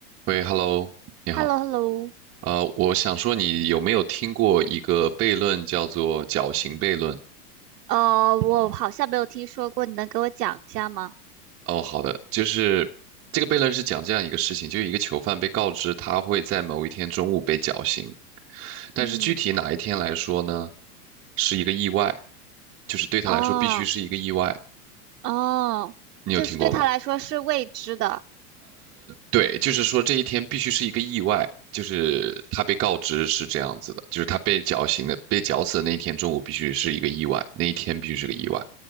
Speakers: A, on the right (about 30°); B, on the right (about 85°).
A: 喂，Hello，你好。
B: h e l l o h e l l o
A: 呃，我想说，你有没有听过一个悖论，叫做绞刑悖论？
B: 呃，我好像没有听说过，你能给我讲一下吗？
A: 哦，好的，就是这个悖论是讲这样一个事情，就是一个囚犯被告知他会在某一天中午被绞刑，但是具体哪一天来说呢，
B: 嗯，
A: 是一个意外，就是对他来说必须是一个意外。
B: 哦，哦，
A: 你有听过吗？
B: 就是对他来说是未知的。
A: 对，就是说这一天必须是一个意外，就是他被告知是这样子的，就是他被绞刑的，被绞死的那一天中午必须是一个意外，那一天必须是个意外。